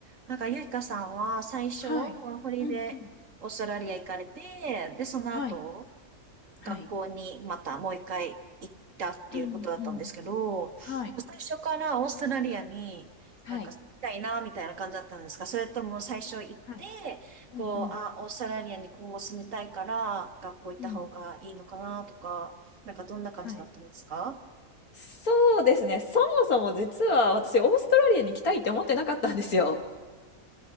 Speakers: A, on the right (about 60°); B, on the left (about 80°).
A: なんか、ゆいかさんは最初、
B: はい。
A: ワーホリでオーストラリア行かれて、
B: うんうん。
A: で、その後、
B: はい。はい。
A: 学校にまたもう一回行ったっていうことだったんですけど、
B: うんうん。はい。
A: 最初からオーストラリアになんか行きたいな、
B: はい。
A: みたいな感じだったんですかそれとも最初行って、
B: はい。うんうん。
A: こう、あ、オーストラリアに今後住みたいから、学校行った方がいいのかな、
B: うん。
A: とか、なんかどんな感じだったんですか
B: はい。そうですね。そもそも実は私、オーストラリアに行きたいって思ってなかったんですよ。